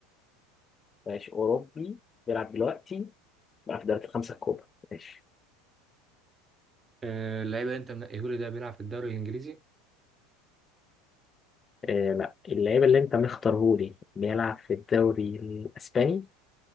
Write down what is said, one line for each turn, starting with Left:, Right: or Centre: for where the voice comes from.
Left: ماشي أوروبي بيلعب دلوقتي بيلعب في الدوريات الخمسة الكبرى ماشي
Right: آه، اللاعب اللي انت منقيه لي ده بيلعب في الدوري الإنجليزي؟
Left: آه لا اللعيب اللي أنت مختارهولي بيلعب في الدوري الإسباني